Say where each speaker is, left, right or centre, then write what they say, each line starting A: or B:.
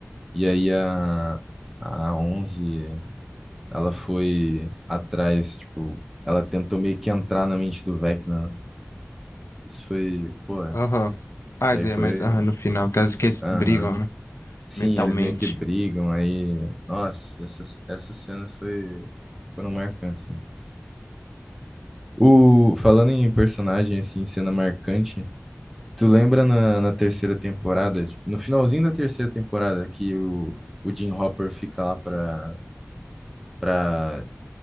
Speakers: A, in the centre; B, on the left (about 85°).
A: E aí a, a 11, ela foi atrás, tipo, ela tentou meio que entrar na mente do Vecna, né? Isso foi, pô,
B: Aham. Ah,
A: isso aí
B: Zé,
A: foi,
B: mas aham, no final, caso que eles
A: aham,
B: brigam, né?
A: Sim,
B: Mentalmente.
A: eles meio que brigam aí. Nossa, essas, essas cenas foi, foram marcantes. né? O, falando em personagem, assim, cena marcante, tu lembra na, na terceira temporada, tipo, no finalzinho da terceira temporada, que o, o Jim Hopper fica lá pra, pra,